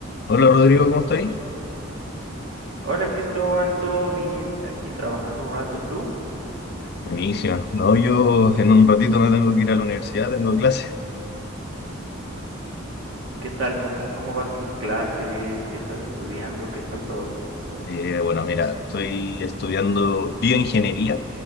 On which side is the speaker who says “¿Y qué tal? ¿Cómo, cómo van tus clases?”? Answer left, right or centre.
Right